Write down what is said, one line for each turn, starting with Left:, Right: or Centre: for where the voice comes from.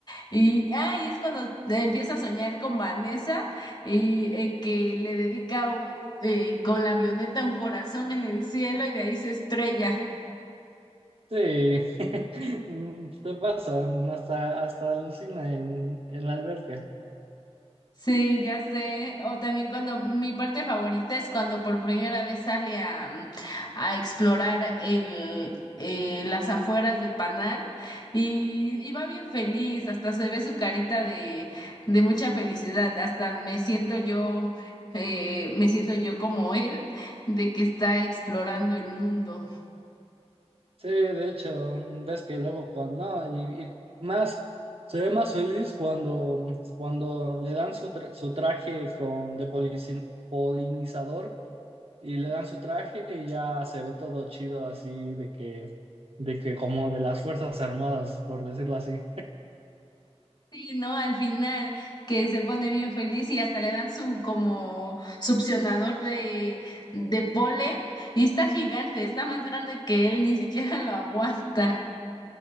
Left: y, ah, y es cuando te empieza a soñar con Vanessa y en que le dedica u- eh, con la avioneta un corazón en el cielo y de ahí se estrella.
Right: Sí, <laughs> Mm, se pasa, hasta, hasta alucina en, en la alberca.
Left: Sí, ya sé. O también cuando mi parte favorita es cuando por primera vez sale a, mm, a explorar el, eh, las afueras del panal y, y va bien feliz, hasta se ve su carita de, de mucha felicidad, hasta me siento yo, eh, me siento yo como él, de que está explorando el mundo.
Right: Sí, de hecho, ves que luego cuando, no, y, y más, se ve más feliz cuando, cuando le dan su, tra- su traje con, de polici- polinizador y le dan su traje y ya se ve todo chido así de que, de que como de las Fuerzas Armadas, por decirlo así.
Left: Sí, ¿no? Al final, que se pone bien feliz y hasta le dan su como succionador de, de polen y está gigante, está más grande que él, ni siquiera lo aguanta.